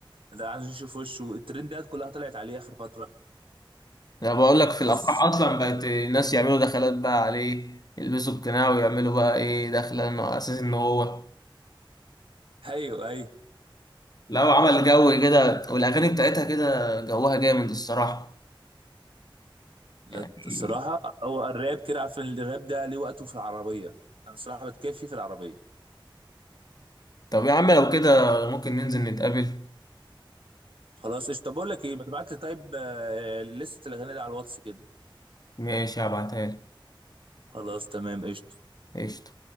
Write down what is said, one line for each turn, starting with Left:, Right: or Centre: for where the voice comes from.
Right: ده عايز نشوف وشه الترندات كلها طلعت عليه اخر فتره
Left: انا بقول لك في
Right: بس
Left: الافراح اصلا بقت الناس يعملوا دخلات بقى عليه يلبسوا القناع ويعملوا بقى ايه دخلة انه على اساس ان هو
Right: ايوه ايوه
Left: لو عمل جو كده والاغاني بتاعتها كده جوها جامد الصراحه
Right: لا
Left: يعني
Right: الصراحه هو الراب كده عارف إن الراب ده ليه وقته في العربيه انا الصراحه بتكفي في العربيه
Left: طب يا عم لو كده ممكن ننزل نتقابل
Right: خلاص قشطه طب بقول لك ايه ما تبعت لي طيب آه، آه، لسته الاغاني دي على الواتس كده
Left: ماشي هبعتها لك
Right: خلاص تمام قشطه
Left: قشطه